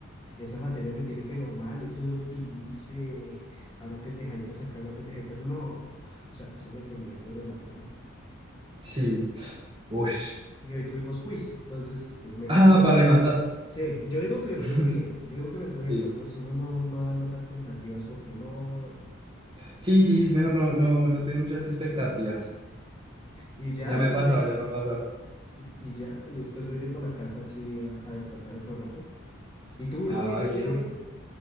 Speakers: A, on the left (about 20°); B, on the right (about 25°).
A: Esa materia me tiene pero mal, eso de optimice, haga pendejaditas acá, haga pendejaditas, no, pa, o sea, eso me tenía pero en la mala.
B: Sí. Ush.
A: Y hoy tuvimos quiz, entonces, pues me,
B: Ah,
A: yo,
B: para rematar.
A: Sí, yo digo que
B: <laughs>
A: me fue bien, yo digo que me fue bien,
B: Sí.
A: pero pues uno no, no da notas tentativas porque no, no.
B: Sí, sí, es mejor no, no, no tener muchas expectativas.
A: Y ya
B: Ya
A: después
B: me ha pasado,
A: me iré,
B: ya me ha pasado.
A: y ya, y después me iré por la casa aquí a, a descansar otro rato. ¿Y tú, bro,
B: Ah,
A: qué hiciste
B: bien.
A: hoy?